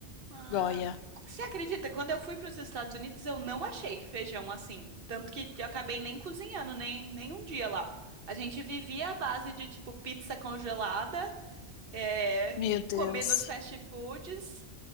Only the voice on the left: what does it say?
Goya.
Meu Deus.